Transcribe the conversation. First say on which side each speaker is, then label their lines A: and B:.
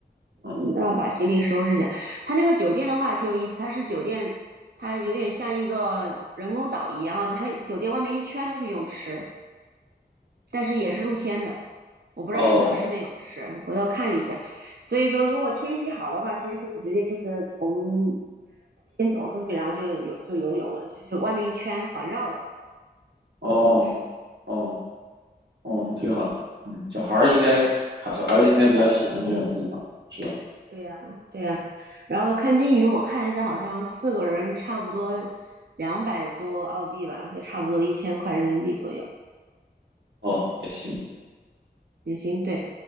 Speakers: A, on the right; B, on the right.
A: 嗯，
B: 那我把行李收拾一下。它那个酒店的话挺有意思，它是酒店，它有点像一个人工岛一样的，它酒店外面一圈都是泳池，但是也是露天的。我不知道有没有室内泳池，
A: 哦
B: 我回头看一下。所以说，如果天气好的话，其实可以直接就是从房间走出去，然后就有就游泳了，就就外面一圈环绕的
A: 哦哦
B: 泳池。
A: 哦，
B: 嗯，
A: 挺好的。嗯，小孩儿应该好，
B: 行。然后。
A: 小孩子应该比较喜欢这种地方，是吧？
B: 对呀，对呀，然后看金鱼，我看一下，好像四个人差不多两百多澳币吧，就差不多一千块人民币左右
A: 哦，也行。
B: 也行。对，